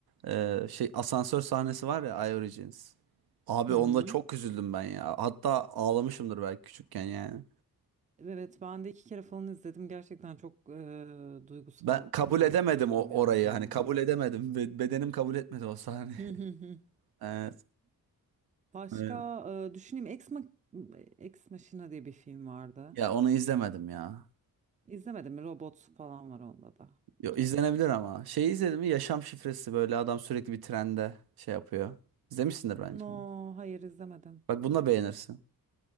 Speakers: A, on the right; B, on the right.
A: Ee, şey asansör sahnesi var ya I Origins. Abi
B: Hı
A: onda
B: hı.
A: çok üzüldüm ben ya. Hatta ağlamışımdır belki küçükken yani.
B: Evet, ben de iki kere falan izledim. Gerçekten çok e, duygusal,
A: Ben kabul
B: dramatik
A: edemedim
B: bir film
A: o
B: ya
A: orayı
B: bir yandan.
A: hani kabul edemedim. Be- bedenim kabul etmedi o sahneyi.
B: Hı
A: <laughs>
B: hı hı.
A: Evet,
B: Başka
A: evet.
B: e, düşüneyim. Ex, Ma Ex Machina diye bir film vardı.
A: Ya onu izlemedim ya.
B: İzlemedim mi? Robot falan var onda da.
A: Yo,
B: Bu tarz.
A: izlenebilir ama. Şeyi izledin mi? Yaşam şifresi böyle adam sürekli bir trende şey yapıyor. İzlemişsindir bence
B: No,
A: onu.
B: hayır izlemedim.
A: Bak bunu da beğenirsin.